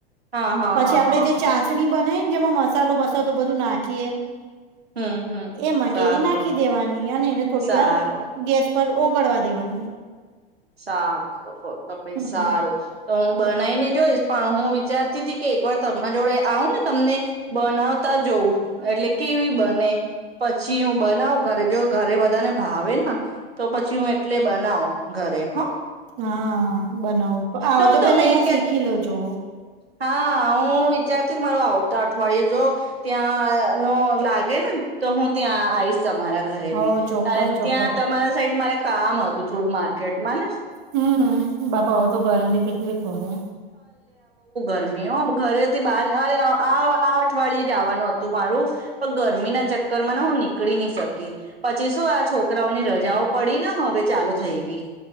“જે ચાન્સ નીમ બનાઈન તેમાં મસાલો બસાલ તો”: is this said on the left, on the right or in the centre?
Right